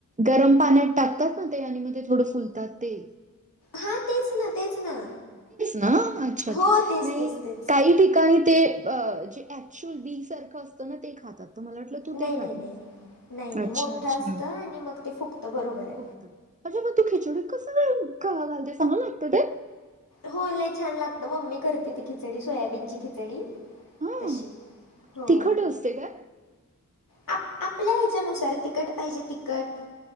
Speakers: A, on the right; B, on the left.
A: गरम पाण्यात टाकतात ना ते आणि मग ते थोडं फुलतात ते.
B: हा तेच ना तेच ना.
A: ना अच्छा
B: हो
A: अच्छा
B: तेच
A: नाई
B: तेच तेच
A: काही ठिकाणी ते अ जे ऍक्च्युअल बी सारखं असतं ना ते खातात. तर मला वाटलं तू ते
B: नाई
A: खातेस
B: नाई नाई नाई नाई नाई
A: अच्छा
B: मोठं
A: अच्छा
B: असतं आणि मग ते फुगत बरोबरय.
A: फक्त अच्छा बा तू खिचडी कस काय घालते ते चांगल लागतं ते?
B: हो लय छान लागतं मम्मी करती ती खिचडी सोयाबीनची खिचडी.
A: हा
B: तशी हो.
A: तिखट असते काय
B: आप आपल्या ह्याच्यानुसार तिकट पाहिजे तिकट